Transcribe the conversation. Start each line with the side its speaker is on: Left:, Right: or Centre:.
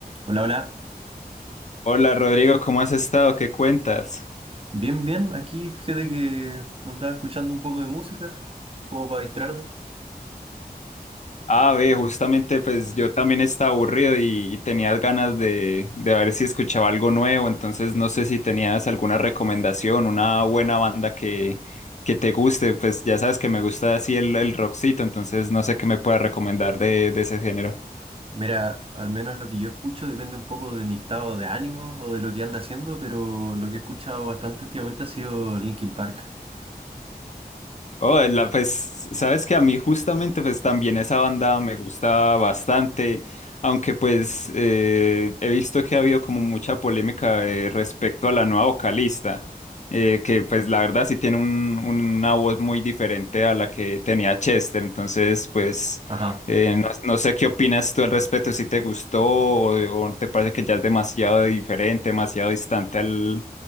Right: Hola, hola.
Left: Hola Rodrigo, ¿cómo has estado? ¿Qué cuentas?
Right: Bien, bien. Aquí fíjate que me andaba escuchando un poco de música, como para distraerme.
Left: Ah, ve, justamente pues yo también estaba aburrido y, y tenías ganas de, de ver si escuchaba algo nuevo, entonces no sé si tenías alguna recomendación, una buena banda que, que te guste, pues ya sabes que me gusta así el, el rockcito, entonces no sé qué me puedas recomendar de, de ese género.
Right: Mira, al menos lo que yo escucho depende un poco de mi estado de ánimo o de lo que anda haciendo, pero lo que he escuchado bastante últimamente ha sido Linkin Park.
Left: Oh, eh, la, pues, sabes que a mí justamente, pues también esa banda me gusta bastante, aunque pues eh, he visto que ha habido como mucha polémica eh, respecto a la nueva vocalista, eh, que pues la verdad sí tiene un- una voz muy diferente a la que tenía Chester, entonces pues
Right: Ajá.
Left: eh, no, no sé qué opinas tú al respecto, si te gustó o, o te parece que ya es demasiado diferente, demasiado distante al,